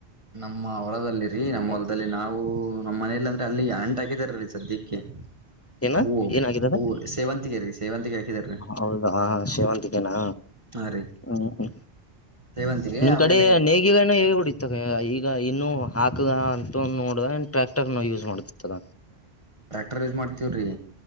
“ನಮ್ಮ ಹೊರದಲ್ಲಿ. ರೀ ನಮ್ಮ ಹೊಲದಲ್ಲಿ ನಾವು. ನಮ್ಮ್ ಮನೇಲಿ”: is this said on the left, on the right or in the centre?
Right